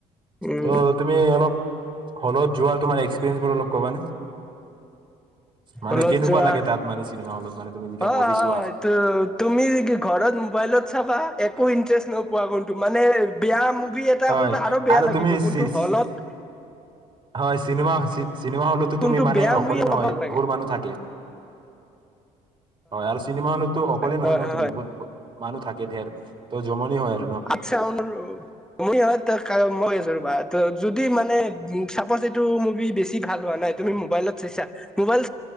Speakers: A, in the centre; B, on the right (about 30°).
A: উম
B: ত' তুমি অলপ হলত যোৱা তোমাৰ এক্সপৰিয়েঞ্চ বোৰ অলপ কবা নে? মানে
A: হলত
B: কেনেকুৱা
A: যোৱা
B: লাগে তাত মানে চিনেমা হলত মানে তুমি যেতিয়া
A: হয়
B: মুভি
A: হয়
B: চোৱা
A: হয় তুমি কি ঘৰত মোবাইলত চাবা একো ইণ্টাৰেষ্ট নোপোৱা কোনটো মানে বেয়া মুভি এটা
B: হয়
A: কোনটো আৰু বেয়া লাগিব
B: তুমি
A: কিন্তু
B: চি
A: হলত ।
B: হয় চিনেমা চিনেমা হলতো তুমি
A: কোনটো
B: মানে
A: বেয়া
B: অকলে
A: মুভি অলপ
B: নহয়
A: ভাল লাগে
B: বহুতো মানুহ থাকে । হয় আৰু চিনেমা হলতো অকলে নহয়
A: হয়
B: ন
A: হয়
B: তুমি
A: হয়
B: ভূত মানুহ থাকে দিয়া ত জমনি হয় ।
A: আচ্ছা <unintelligible> বা ত যদি মানে উ চাপজ এইটো মোক তুমি বেছি ভাল হোৱা নাই তুমি মোবাইল চাই চা মোবাইল